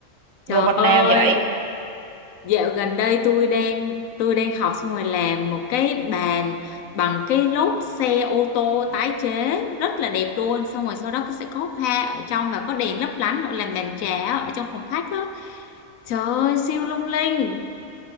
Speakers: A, on the left; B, on the right.
A: Trời
B: đồ vật
A: ơi,
B: nào vậy
A: dạo gần đây tôi đang tôi đang học xong rồi làm một cái bàn bằng cái lốp xe ô tô tái chế rất là đẹp luôn, xong rồi sau đó sẽ có hoa ở trong và có đèn lấp lánh nữa làm bàn trà ở trong phòng khách đó Trời ơi, siêu lung linh.